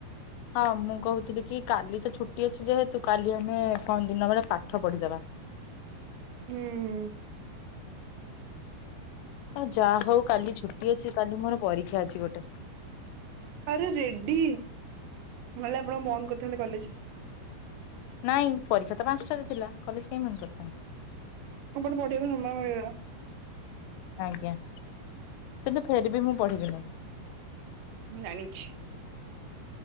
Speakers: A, on the left (about 85°); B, on the right (about 85°).
A: ହଁ ମୁଁ କହୁଥିଲି କି କାଲି ତ ଛୁଟି ଅଛି ଯେହେତୁ କାଲି ଆମେ କଣ ଦିନ ବେଳେ ପାଠ ପଢିଦବା।
B: ହୁଁ।
A: ଆ ଯାହା ହଉ କାଲି ଛୁଟି ଅଛି କାଲି ମୋର ପରୀକ୍ଷା ଅଛି ଗୋଟେ।
B: ଆରେ ରେଡ଼ି ନଲେ ଆପଣ ବନ୍ଦ କରିଦିଅନ୍ତୁ କଲେଜ।
A: ନାଇଁ ପରୀକ୍ଷା ତ ପାଞ୍ଚଟାରେ ଥିଲା କଲେଜ କାହିଁ ବନ୍ଦ କରିଥାନ୍ତେ।
B: ଆପଣ ପଢି ଆକୁ ସମୟ ମିଳିଗଲା।
A: ଆଜ୍ଞା କିନ୍ତୁ ଫେର ବିି ମୁଁ ପଢିବି ନାହିଁ।
B: ମୁଁ ଜାଣିଛି।